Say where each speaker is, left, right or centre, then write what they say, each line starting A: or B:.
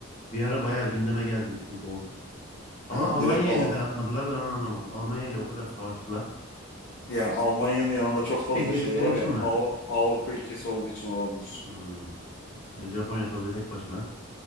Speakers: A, on the left; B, on the left.
A: Bir ara bayağı gündeme geldi çünkü o. Ama
B: Evet,
A: Almanya'ya
B: direkt ala,
A: neden atmadılar ben onu anlamadım. Almanya ile o kadar savaştılar.
B: yani Almanya'nın
A: Çok
B: yanında çok
A: iç içe
B: fazla
A: girdikleri
B: şey var
A: için
B: ya
A: mi?
B: Av- Avrupa ülkesi olduğu için olabilir.
A: Hmm. E, Japonya tabii tek başına